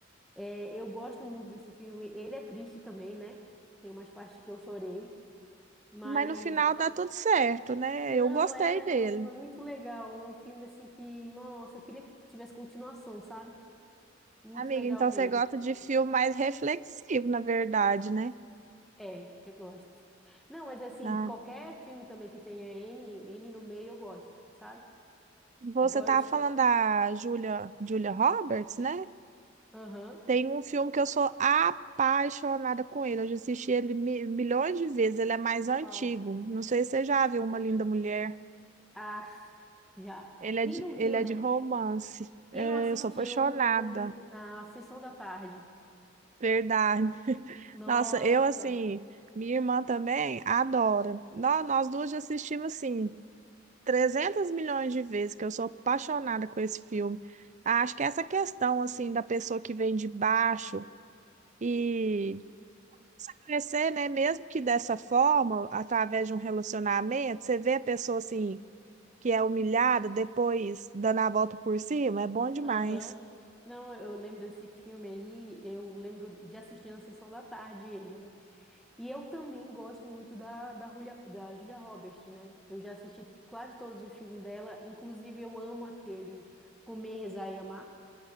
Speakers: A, in the centre; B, on the right.
A: É, eu gosto muito desse filme. Ele é triste também, né? Tem umas partes que eu chorei, mas
B: Mas no final dá tudo certo, né?
A: não
B: Eu gostei
A: é,
B: dele.
A: não é muito legal. É um filme assim que, nossa, eu queria que tivesse continuação, sabe? Muito
B: Amiga,
A: legal
B: então
A: mesmo.
B: você gosta de filme mais reflexivo, na verdade, né?
A: É, eu gosto. Não, mas assim,
B: Ah,
A: qualquer filme também que tenha N, N no meio, eu gosto, sabe?
B: você
A: Eu gosto.
B: tava falando da Julia, Julia Roberts, né?
A: Aham.
B: Tem um filme que eu sou apaixonada com ele. Eu já assisti ele mi- milhões de vezes. Ele é mais antigo.
A: Qual?
B: Não sei se você já viu Uma Linda Mulher.
A: Ah, <laughs> já.
B: Ele é
A: Quem
B: de,
A: não
B: ele
A: viu,
B: é
A: né?
B: de romance. É,
A: Quem não assistiu
B: Eu sou apaixonada.
A: na sessão da tarde?
B: Verdade.
A: Nossa.
B: Nossa, eu assim, minha irmã também adora. Nó- Nós, duas já assistimos assim 300 milhões de vezes, que eu sou apaixonada com esse filme. Acho que essa questão assim da pessoa que vem de baixo e começa a crescer, né? Mesmo que dessa forma, através de um relacionamento, você vê a pessoa assim, que é humilhada, depois dando a volta por cima, é bom demais.
A: Aham. Não, eu lembro desse filme aí, eu lembro de assistir na sessão da tarde ele, né? E eu também gosto muito da, da, Julia, da Julia Roberts, né? Eu já assisti quase todos os filmes dela, inclusive eu amo aquele Comer, Rezar e Amar.